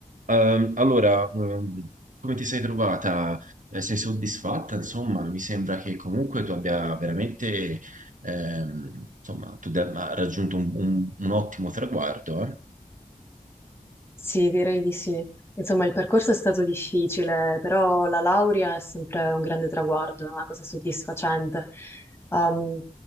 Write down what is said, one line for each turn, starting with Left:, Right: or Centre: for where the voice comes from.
Right: Ehm, allora, ehm, come ti sei trovata? Eh, sei soddisfatta? Insomma, mi sembra che comunque tu abbia veramente, ehm, insomma, tu abbia raggiunto un, un- un ottimo traguardo. eh?
Left: Sì, direi di sì. Insomma, il percorso è stato difficile, però la laurea è sempre un grande traguardo, è una cosa soddisfacente. Um,